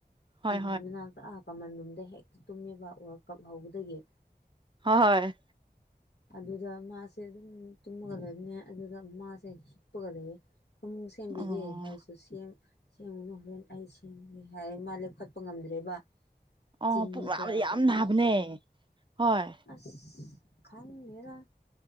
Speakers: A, on the right; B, on the left.
A: ꯍꯣꯏ
B: ꯇꯤꯚꯤ
A: ꯍꯣꯏ
B: ꯃꯅꯥꯛꯇ ꯀꯃꯟ ꯔꯨꯝꯗ ꯍꯦꯛꯇ ꯇꯨꯝꯃꯦꯕ ꯋꯥꯔꯜ ꯀꯞ ꯍꯧꯕꯗꯒꯤ
A: ꯍꯣꯏ ꯍꯣꯏ
B: ꯑꯗꯨꯗ ꯃꯥꯁꯦ ꯑꯗꯨꯝ ꯇꯨꯝꯃꯒ ꯂꯩꯏꯕꯅꯦ ꯑꯗꯨꯗ ꯃꯥꯁꯦ ꯍꯤꯞꯄꯒ ꯂꯩ ꯄꯨꯡ ꯁꯦꯝꯕꯤꯒꯦ
A: ꯑꯣ
B: ꯍꯥꯏꯔꯁꯨ ꯁꯦꯝ ꯁꯦꯝꯒꯅꯨ ꯍꯣꯔꯦꯟ ꯑꯩ ꯁꯦꯝꯒꯦ ꯍꯥꯏꯔ ꯃꯥ ꯂꯦꯞꯈꯠꯄ ꯉꯝꯗ꯭ꯔꯦꯕ
A: ꯑꯣ
B: ꯆꯤꯅꯤꯒ
A: ꯄꯨꯛ ꯅꯥꯕꯗꯤ ꯌꯥꯝ
B: ꯀꯩꯅꯣ
A: ꯅꯥꯕꯅꯦ ꯍꯣꯏ
B: ꯑꯁ ꯈꯪꯗ‌ꯦꯗ